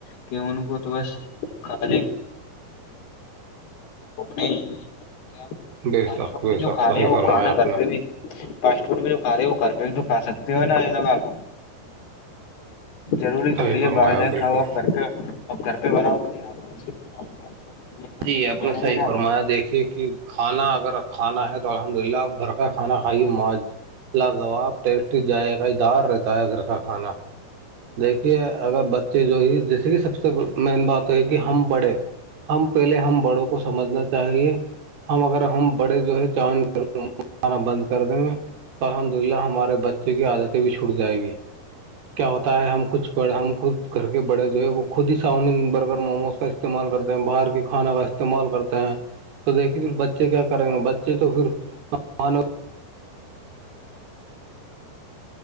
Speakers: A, on the left (about 70°); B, on the right (about 65°).
A: کہ ان کو تو بس رہ یہ نہیں کیا
B: بے
A: پ
B: شک بے
A: میں جو
B: شک
A: کھا
B: صحیح
A: رہے ہیں وہ
B: فرمایا
A: کھانا
B: آپ
A: گھر
B: نے
A: پہ بھی پاسٹ ف میں جو کھ رہے وہ گھر پہ بھی تو کا سکتے ہو نا ن آپ ضروری
B: صحیح
A: تھوڑی
B: فرمایا
A: ہے باہر جائیں
B: بالکل
A: کھاؤ آپ گھر پہ اپ گھر پہ بناؤ اپ آ سے کو اچھا لگے جیسا
B: جی آ اپنا
A: ہے نا
B: صحیح
A: جناب
B: فرمایا دیکھیے کہ کھانا اگر کھانا ہے تو الحمد للہ بھر کا کھانا کھائیے معاج لاجواب ٹیسٹی جائے گ دار رہتا ہے گھر کا کھانا دیکھیے اگر بچے جو ہی جیسے کہ سب سے مین بات تو ہے کہ ہم پڑھے ہم پہلے ہم بڑوں کو سمجھنا چاہیے ہم اگر ہم بڑے جو ہے چاند کھانا بند کر دیں گے الحمد للہ ہمارے بچے کی عادتیں بھی چھٹ جائیں گی کیا ہوتا ہے ہم کچھ بڑ ہم خود گھر کے بڑے جو ہے وہ خود ہی ساؤومین برگر موموز کا استعمال کرتے ہیں باہر کی کھانا کا استعمال کرتے ہیں تو دیکھیے پھر بچے کیا کریں گے بچے تو پھر ان